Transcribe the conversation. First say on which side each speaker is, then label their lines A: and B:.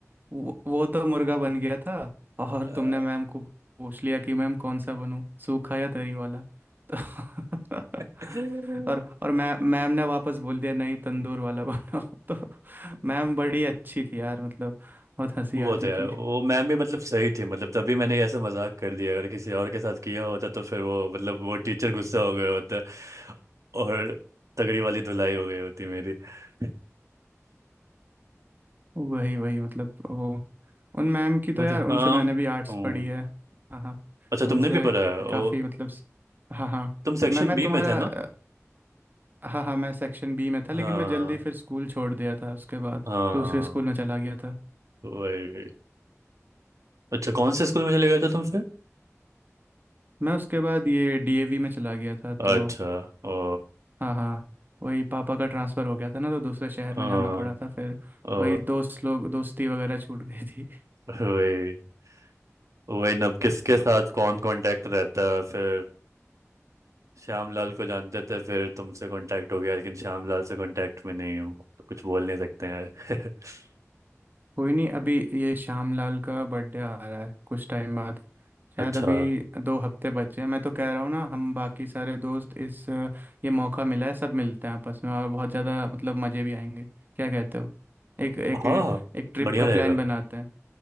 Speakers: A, on the right (about 40°); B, on the right (about 85°).
A: वो, वो तो मुर्गा बन गया था और
B: यार
A: तुमने मैम को पूछ लिया कि मैम कौन सा बनूं सूखा या तरी वाला तो <laughs>
B: <laughs>
A: और और मैम मैम ने वापस बोल दिया नहीं तंदूर वाला बनो <laughs> तो मैम बड़ी अच्छी थी यार मतलब बहुत हंसी
B: वो
A: आती
B: तो यार
A: थी
B: वो मैम भी मतलब सही थी मतलब तभी मैंने ऐसा मजाक कर दिया अगर किसी और के साथ किया होता तो फिर वो मतलब वो टीचर गुस्सा हो गया होता और तगड़ी वाली धुलाई हो गई होती मेरी <laughs>
A: वही वही मतलब वो उन मैम की तो
B: वो
A: यार
B: तो
A: उनसे
B: हाँ
A: मैंने भी आर्ट्स
B: हम्म।
A: पढ़ी है हाँ हाँ
B: अच्छा
A: उनसे
B: तुमने भी पढ़ा है ओ,
A: काफ़ी मतलब स- हाँ हाँ
B: तुम सेक्शन
A: मैं मैं
B: बी
A: तुम्हारा
B: में थे ना
A: हाँ हाँ मैं सेक्शन बी में था
B: हाँ
A: लेकिन मैं जल्दी फिर स्कूल छोड़ दिया था उसके बाद
B: हाँ
A: दूसरे स्कूल में चला गया था
B: वही वही अच्छा कौन से स्कूल में चले गए थे तुम फिर
A: मैं उसके बाद ये डीएवी में चला गया था तो
B: अच्छा ओ
A: हाँ हाँ वही पापा का ट्रांसफ़र हो गया था ना तो दूसरे शहर
B: ओ
A: में जाना पड़ा था फिर
B: ओ
A: वही दोस्त लोग दोस्ती वगैरह छूट गई
B: वही वही ना अब किसके साथ कौन कांटेक्ट रहता है फिर श्यामलाल को जानते थे फिर तुमसे कांटेक्ट हो गया लेकिन श्यामलाल से कांटेक्ट में नहीं हूँ तो कुछ बोल नहीं सकते हैं <laughs>
A: कोई नहीं अभी ये श्यामलाल का बर्थडे आ रहा है कुछ टाइम बाद शायद
B: अच्छा
A: अभी दो हफ्ते बचे हैं मैं तो कह रहा हूँ ना हम बाकी सारे दोस्त इस अ, ये मौका मिला है सब मिलते हैं आपस में और बहुत ज़्यादा मतलब मज़े भी आएंगे क्या कहते हो एक एक
B: हाँ
A: एक ट्रिप
B: बढ़िया
A: का
B: रहेगा
A: प्लान बनाते हैं